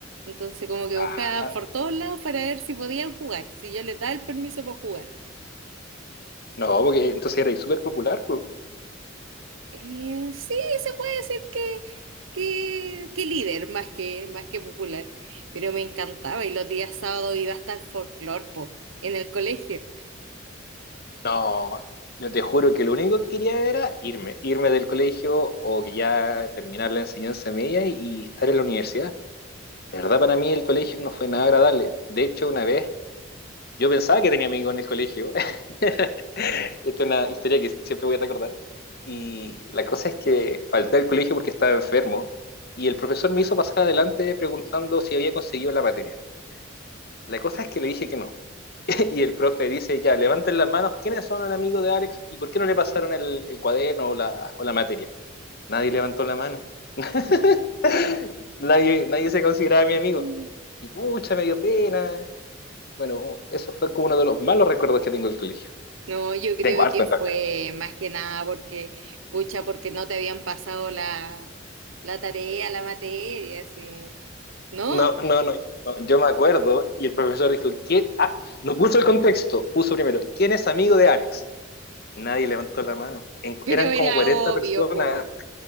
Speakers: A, on the right; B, on the left.
A: Entonces como que
B: Ah,
A: buscaban por todos lados para ver si podían jugar, si yo les daba el permiso para jugar.
B: no, porque entonces eras súper popular, pues.
A: Eh, sí, se puede decir que, que, que líder más que, más que popular, pero me encantaba y los días sábados iba hasta el folclor, po, en el colegio.
B: No, yo te juro que lo único que quería era irme, irme del colegio o que ya terminar la enseñanza media y estar en la universidad. De verdad, para mí el colegio no fue nada agradable. De hecho, una vez Yo pensaba que tenía amigos en el colegio. <laughs> Esta es una historia que siempre voy a recordar. Y la cosa es que falté al colegio porque estaba enfermo y el profesor me hizo pasar adelante preguntando si había conseguido la materia. La cosa es que le dije que no. <laughs> Y el profe dice, ya, levanten las manos, ¿quiénes son el amigo de Alex y por qué no le pasaron el, el cuaderno o la, o la materia? Nadie levantó la mano. <laughs> Nadie, nadie se consideraba mi amigo.
A: <laughs>
B: Y pucha, me dio pena. Bueno, eso fue como uno de los malos recuerdos que tengo del colegio.
A: No, yo creo
B: Tengo harto
A: que
B: en
A: fue
B: la cara.
A: más que nada porque, pucha, porque no te habían pasado la, la tarea, la materia, así. No,
B: No, no, no, no, Yo me acuerdo y el profesor dijo, ¿quién? Ah, no puso el contexto, puso primero, ¿quién es amigo de Alex? Nadie levantó la mano. En-
A: pero
B: eran
A: era
B: como 40
A: obvio,
B: personas.
A: po.